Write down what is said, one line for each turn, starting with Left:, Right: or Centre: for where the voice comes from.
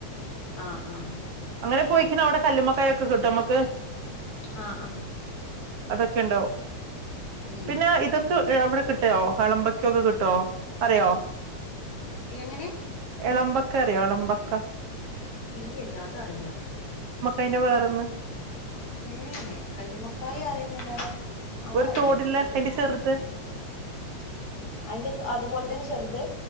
Left: ആഹ ആഹ
Right: അങ്ങനെ പോയിക്കണ അവിടെ കല്ലുമ്മക്കായ ഒക്കെ കിട്ടും നമ്മക്ക്
Left: ആഹ ആഹ
Right: അതൊക്കെ ഉണ്ടാവും
Left: ഉം
Right: പിന്നെ ഇതൊക്കെ അവിടെ കിട്ടിയോ കളമ്പക്കൊക്കെ കിട്ടോ പറയോ
Left: എങ്ങനെ
Right: വളമ്പക്ക അറിയോ ഒളമ്പക്ക
Left: ഇല്ലല്ല അത അറിയില്ല
Right: അയിന്റെ വേറൊന്ന്
Left: ഏ കല്ലുമക്ക കായ അറിയുന്നല്ലാതെ അത
Right: ഒരു
Left: അറിയില്ല
Right: തോടില്ല
Left: കേത്തിട്ട്
Right: അയിന്റെ ചെറുത്
Left: അയിന്റെ അതുപോലെ തന്നെ ചെറുത്